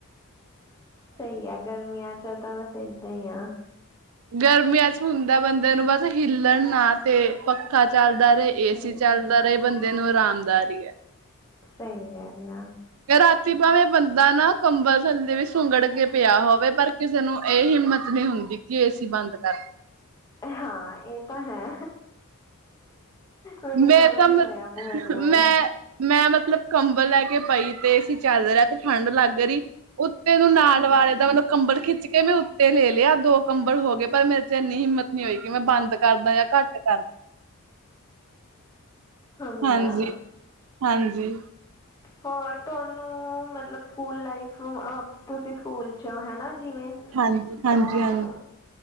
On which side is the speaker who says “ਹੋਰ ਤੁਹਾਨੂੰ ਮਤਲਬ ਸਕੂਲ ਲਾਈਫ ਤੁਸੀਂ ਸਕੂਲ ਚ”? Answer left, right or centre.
Left